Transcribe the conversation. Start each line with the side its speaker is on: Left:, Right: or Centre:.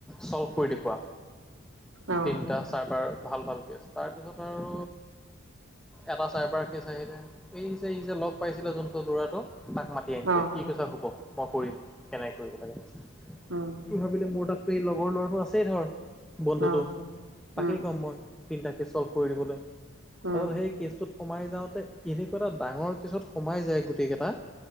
Centre: চল্ভ কৰি দেখোৱা।
Right: অ
Centre: এ চাৰভাৰ ভাল ভাল কেছ তাৰপিছত আৰু এবাৰ চাইবাৰ কেছ আহিলে, এই যে এই যে ল'গ পাইছিলে যোনটো ল'ৰাটো তাক মাতি দি এন
Right: অ
Centre: দে ই কৈছা হ'ব মই কৰিম, কেনেকৈ কৰিব লাগে সি
Right: উম
Centre: ভাবিলে মোৰ তাত লগৰ ল'ৰাটো আছেই ধৰ, বন্ধুটো
Right: অ
Centre: তাকেই
Right: উম
Centre: ক'ম মই। তিনিটা কেছ চল্ভ কৰি দিবলৈ, তাৰপছত
Right: উম
Centre: সেই কেচটোত সোমাই যাওঁতে, এনেকুৱা এটা ডাঙৰ কেছত সোমাই যায় গোটেই কেইটা